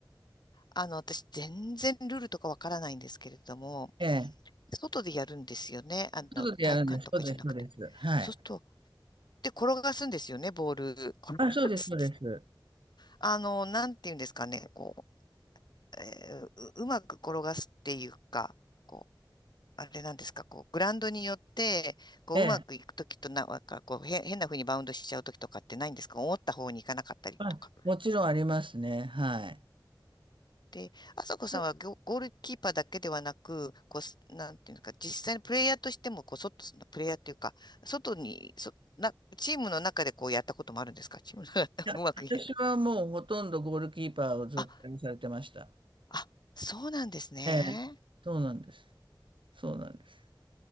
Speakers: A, on the left; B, on the right.
A: あの、私、全然ルールとかわからないんですけれども、
B: ええ。
A: 外でやるんですよね。あの、
B: 外でやるんです。
A: 体育館とかじゃなくて。
B: そうです、そうです。はい。
A: そうすると、で、転がすんですよね、ボール。転がす。
B: あ、そうです、そうです。
A: あの、なんていうんですかね、こう。えーう、うまく転がすっていうか、こう、あれなんですか、こう、グラウンドによって、こう、
B: ええ。
A: うまくいくときとな、なんかこう、へ、変な風にバウンドしちゃうときとかってないんですか思った方に行かなかったりとか。
B: あ、もちろんありますね。はい。
A: で、あさこさんはゴ、
B: い
A: ゴールキーパーだけではなく、こう、すなんていうのか、実際のプレイヤーとしても、こう、外、プレイヤーっていうか、外に、そ、な、チームの中でこうやったこともあるんですかチームの中、<laughs>
B: や私はもうほとんどゴールキーパーをずっとやらされてました。
A: うまく言えない。あ、あ、そうなんですね。
B: ええ。そうなんです。そうなんです。